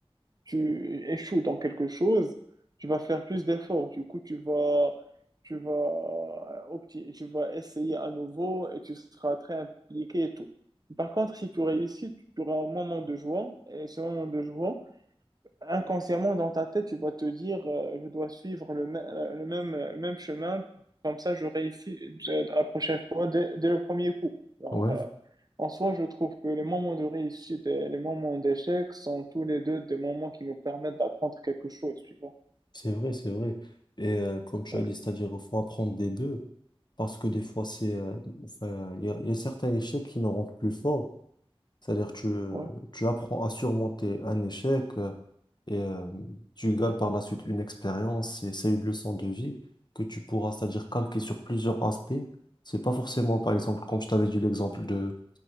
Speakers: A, on the right; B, on the left.
A: tu échoues dans quelque chose, tu vas faire plus d'efforts. Du coup, tu vas, tu vas, euh, opti- tu vas essayer à nouveau et tu seras très impliqué et tout. Par contre, si tu réussis, tu auras un moment de joie et ce moment de joie, inconsciemment dans ta tête, tu vas te dire, euh, je dois suivre le, mê- euh, le même, euh, même chemin, comme ça je réussis euh, la prochaine fois dès, dès le premier coup. Alors,
B: Ouais,
A: euh, en soi, je trouve que les moments de réussite et les moments d'échec sont tous les deux des moments qui nous permettent d'apprendre quelque chose, tu vois.
B: c'est vrai, c'est vrai. Et euh, comme tu
A: Ouais,
B: as dit, c'est-à-dire il faut apprendre des deux, parce que des fois, c'est, euh, enfin, il y a, il y a certains échecs qui nous rendent plus forts. C'est-à-dire tu, euh,
A: ouais,
B: tu apprends à surmonter un échec euh, et euh, tu gagnes par la suite une expérience et c'est une leçon de vie que tu pourras, c'est-à-dire calquer sur plusieurs aspects. C'est pas forcément, par exemple, comme je t'avais dit l'exemple de